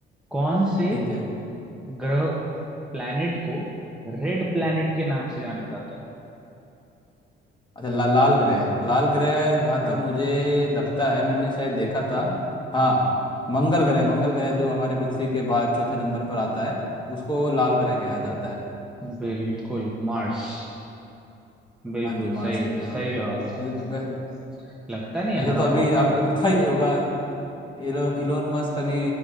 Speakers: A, in the centre; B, on the left (about 25°).
A: कौन से
B: ठीक है
A: ग्रह प्लैनेट को रेड प्लैनेट के नाम से जाना जाता है
B: अच्छा ला, लाल ग्रह लाल ग्रह जहाँ
A: हाँ
B: तक मुझे लगता है मैंने शायद देखा था हाँ मंगल ग्रह मंगल ग्रह जो हमारे पृथ्वी के बाद चौथे नंबर पर आता है उसको लाल ग्रह कहा जाता है
A: बिल्कुल मार्स बिल्कुल
B: हाँ जी मार्स
A: सही
B: एकदम
A: है सही जवाब है आपका
B: वैसे वै-
A: अरे लगता नहीं
B: वैसे
A: हरा
B: तो अभी
A: पाऊंगा
B: आपको
A: यार
B: पता ही होगा इलो, इलोन मस्क अभी